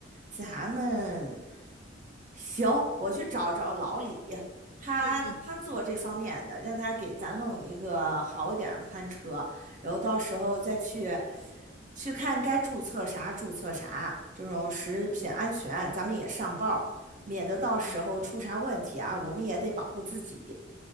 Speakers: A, on the right (about 45°); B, on the left (about 60°).
A: 咱们行，我去找找老李，他他做这方面的，
B: 嗯嗯
A: 让他给咱弄一个好点儿的餐车，然后到时候再去去看该注册啥注册啥，这种食品安全咱们也上报。免得到时候出啥问题啊，
B: 啊。
A: 我们也得保护自己。